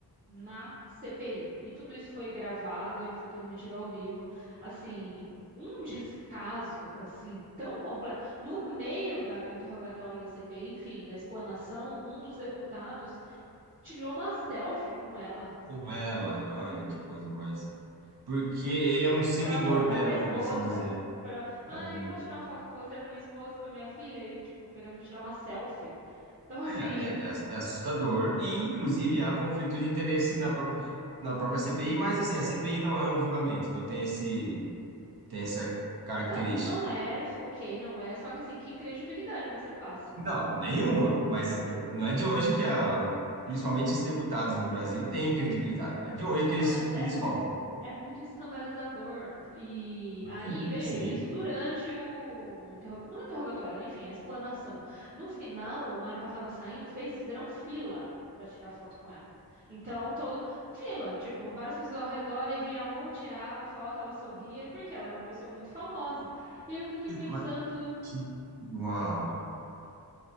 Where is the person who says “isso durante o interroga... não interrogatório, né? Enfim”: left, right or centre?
Right